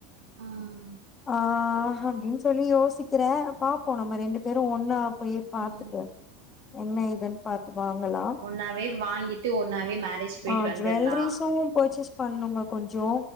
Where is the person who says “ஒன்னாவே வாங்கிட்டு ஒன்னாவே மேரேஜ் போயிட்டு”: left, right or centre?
Right